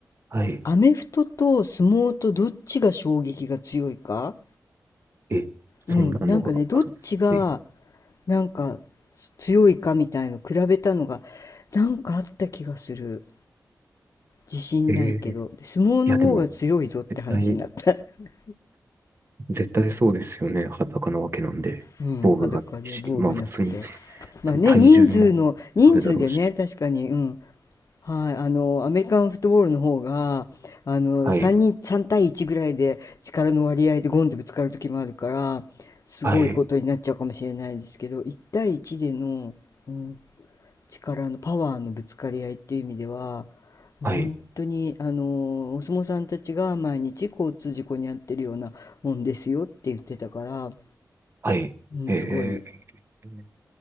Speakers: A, on the right (about 40°); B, on the left (about 55°).
A: はい。
B: アメフトと相撲とどっちが衝撃が強いか、
A: え、そんなのがあるんですかはい。
B: うん、なんかね、どっちが、なんか強いかみたいの比べたのがなんかあった気がする自信ないけど相撲の方が強いぞって話になった
A: えー、いや、でも、絶対、
B: <laughs>
A: 絶対そうですよね。裸なわけなんで、
B: うん裸で防具なくて
A: 防具がないし、まあ普通に
B: まあね人数の人数でね確かにうん
A: その体重もあるだろうし。
B: はいあのアメリカンフットボールの方があの3人3対1ぐらいで力の割合でゴンってぶつかる時もあるからすごいことになっちゃうかもしれないですけど1対1での、
A: はい、はい、
B: うん、力のパワーのぶつかり合いっていう意味では本当にあのお相撲さんたちが毎日交通事故に遭ってるようなもんですよって言ってたから、
A: はい、
B: う
A: はい。
B: ん、
A: え
B: すごい
A: ー、